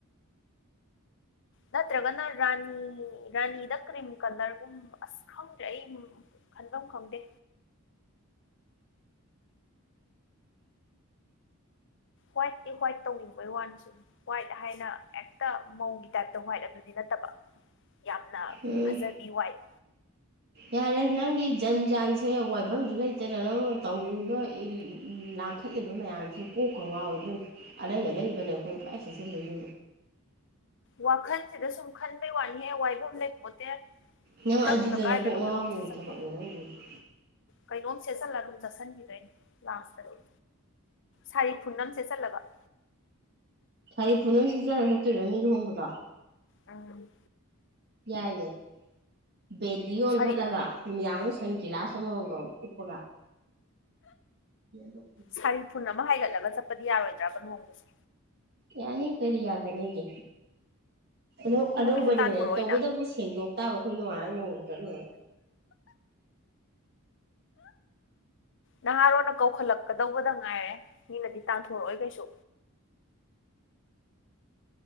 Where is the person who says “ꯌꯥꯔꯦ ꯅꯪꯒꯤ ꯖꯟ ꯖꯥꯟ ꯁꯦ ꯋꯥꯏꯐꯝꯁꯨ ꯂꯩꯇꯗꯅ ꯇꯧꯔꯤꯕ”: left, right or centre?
Right